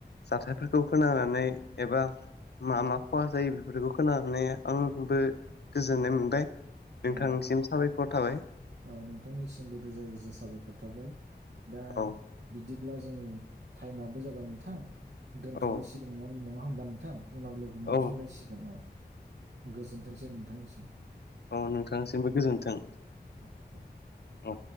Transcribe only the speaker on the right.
औ
औ नोंथांनिसिमबो रोजा रोजा साबायखर थाबाय दा
बि दिब्ला जोङो टाइमाबबो जाबाय नोंथां दोनथ'लायसिगोन
न नङा होमबा नोंथां उनाव लोगो
मोनफिनलायसिगोन औ गोजोनथोंसै नोंथांनिसिम
<inaudible>